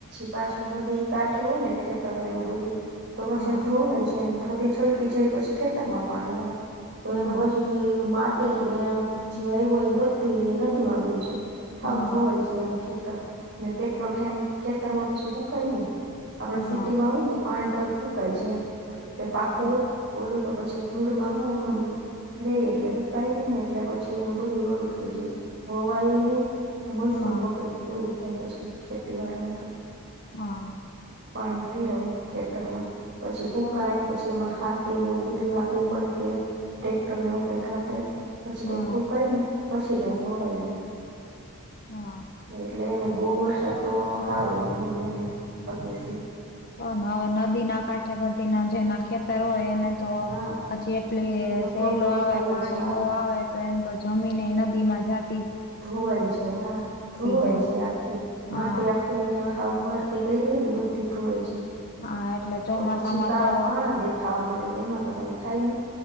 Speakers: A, on the right (about 55°); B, on the left (about 45°).
A: પાછું નદી કાંઠે હોય ને ખેતરને એવું બધુંય તો પછી
B: હા
A: એ ધોવાય એમ નદી છલકી જાય પછી ખેતરમાં પાણી આવે તો એના
B: હા
A: બાજુ ઈ મા ટીને એ જીવાયુ હોય એ બધુંય નદીમાં વયુ જાય હાવ
B: હા
A: ધોવાય જા એમ ખેતર ને કેટલો ટાઈમ ખેતરમાં પછી હુકાય નઈ આપડે
B: હા
A: સિટીમાં હોય ને તો પાણી તરત હુકાય જાર એમ કે પાકું
B: હા
A: હોય ઓલું તો પછી ધૂળમાં હું એમનેમ રે એટલે હુંકાય નહીં ને એટલે પછી એનું બધુંય ઓલું થઈ જાય હોવાય નઈ. મોયસમ
B: હા
A: બગડે એવું થાય પછી ખેતીવારાને તો.
B: હા
A: પાણી ભયરા હોય ખેતરમાં પછી હુકાય
B: તો
A: પછી એમાં હાથીને એવું બધું લાગવું પડે કે ટ્રેક્ટર ને એવું કાઈક રાકે. પછી
B: હા
A: કઈક હુકાયને પછી કાઈક
B: હા
A: વવાય એને
B: હા
A: એટલે એને બઉ વરસાદ તો સારોય નહીં એમ એનેય અતિશી.
B: તો હવે નદીના કાંઠે બધીના જેના ખેતર હોય એને તો
A: હા
B: પછી એટલી
A: એ તો
B: સહેલો
A: પ્રોબ્લેમ
B: આવે
A: થાય
B: પાણી
A: જ હા
B: બો આવે. તો એન તો જમીનેય નદીમાં જાત.
A: ધોવાય છે હા ધોવાય
B: જાય
A: છે આખી
B: હા
A: માટી આખી જેન હાવ ભરતી કયરી હોયને બધી ધોવાઈ જાય.
B: આ એટલે ચોમાસામાં
A: તો પછી કા
B: તો
A: પાણા દેખાવા માંડે તો એમાં તો કાઈ થાય નહીં.